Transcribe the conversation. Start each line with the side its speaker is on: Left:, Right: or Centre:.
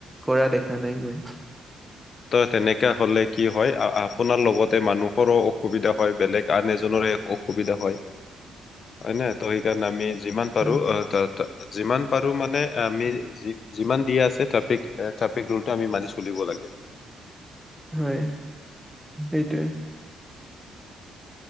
Centre: কৰা দেখা নাই মই।
Left: তই তেনেকা হলে কি হয়। আ আ আপোনাৰ লগতে মানুহৰো অসুবিধা হয়। বেলেগ আন এজনৰে অ বিধা হয়। হয় না? ত সেইকাৰণে আমি যিমান পাৰোঁ
Centre: হয়
Left: অ ত ত যিমান পাৰোঁ মা যুনে আমি যি যিমান দিয়া আছে ট্ৰফিক, ট্ৰেফিক ৰোলটো আমি মানি চলিব লাগে।
Centre: হয়, এইটোৱে।